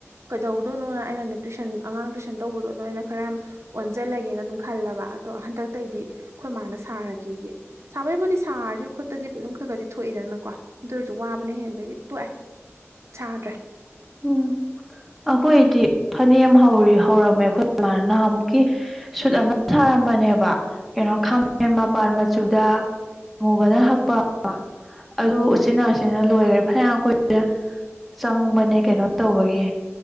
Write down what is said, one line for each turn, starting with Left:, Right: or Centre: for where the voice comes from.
Right: ꯀꯩꯗꯧꯔꯨꯗꯣꯏꯅꯣꯅ ꯑꯩꯅ ꯅꯦ ꯇꯨꯏꯁꯟ ꯑꯉꯥꯡ ꯇꯨꯏꯁꯟ ꯇꯧꯕꯗꯣ ꯑꯗꯣ ꯑꯩꯅ ꯈꯔ ꯌꯥꯝ ꯑꯣꯟꯖꯤꯜꯂꯒꯦꯅ ꯑꯗꯨꯝ ꯈꯜꯂꯕꯥ ꯑꯗꯣ ꯍꯟꯗꯛꯇꯩꯗꯤ ꯈꯣꯏ ꯃꯥꯅ ꯁꯥꯔꯒꯦꯌꯦ ꯁꯥꯕꯩꯕꯨꯗꯤ ꯁꯥꯔꯗꯤ ꯈꯨꯠꯇꯗꯤ ꯑꯗꯨꯝ ꯈꯒꯗꯤ ꯊꯣꯛꯏꯗꯅꯀꯣ ꯑꯗꯨ ꯑꯣꯏꯔꯁꯨ ꯋꯥꯕꯅ ꯍꯦꯟꯕꯒꯤ ꯇꯣꯛꯑꯦ ꯁꯥꯗ꯭ꯔꯦ
Centre: ꯎꯝ ꯑꯈꯣꯏꯗꯤ ꯐꯅꯦꯛ ꯑꯃ ꯍꯧꯔꯤ ꯍꯧꯔꯝꯃꯦ ꯑꯈꯣꯏ ꯃꯥꯅ ꯅꯍꯥꯃꯨꯛꯀꯤ ꯁꯨꯠ ꯑꯃ ꯁꯥꯔꯝꯕꯅꯦꯕ ꯀꯦꯅꯣ ꯈꯥꯃꯦꯟ ꯃꯄꯥꯟ ꯃꯆꯨꯗ ꯗꯥ ꯑꯃꯨꯕꯅ ꯍꯛꯄ ꯑꯗꯨ ꯎꯆꯤꯟ ꯅꯥꯆꯤꯟꯅ ꯅ ꯂꯣꯏꯒ꯭ꯔꯦ ꯐꯅ꯭ꯌꯥꯝ ꯀꯨꯏꯅ ꯆꯪꯕꯅꯦ ꯀꯩꯅꯣ ꯇꯧꯕꯒꯤ